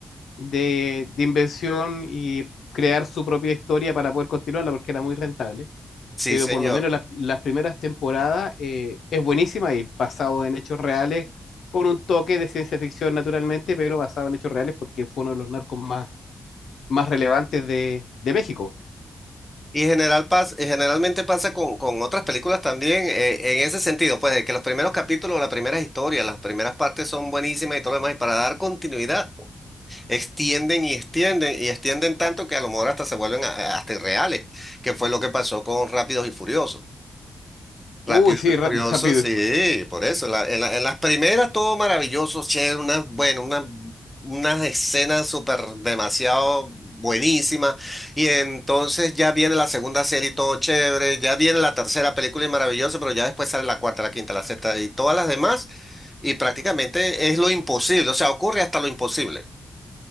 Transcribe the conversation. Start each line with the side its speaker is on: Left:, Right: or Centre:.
Left: de, de inversión y crear su propia historia para poder continuarla porque era muy rentable.
Centre: sí,
Left: Pero
Centre: señor.
Left: por lo menos las, las primeras temporadas eh, es buenísima y basado en hechos reales, con un toque de ciencia ficción naturalmente, pero basado en hechos reales porque fue uno de los narcos más, más relevantes de, de México.
Centre: Y general pas- y generalmente pasa con, con otras películas también eh, en ese sentido, pues de que los primeros capítulos, las primeras historias, las primeras partes son buenísimas y todo lo demás, y para dar continuidad. Extienden y extienden y extienden tanto que a lo mejor hasta se vuelven a- a- hasta irreales, que fue lo que pasó con Rápidos y Furiosos. Rápidos
Left: Uy, sí,
Centre: y Furiosos,
Left: ra- <laughs> rápido.
Centre: sí,
Left: y Fu-
Centre: por eso. la- en, la- en las primeras todo maravilloso, che, unas, bueno, unas, unas escenas súper demasiado buenísimas. Y entonces ya viene la segunda serie y todo chévere, ya viene la tercera película y maravilloso, pero ya después sale la cuarta, la quinta, la sexta y todas las demás. Y prácticamente es lo imposible, o sea, ocurre hasta lo imposible.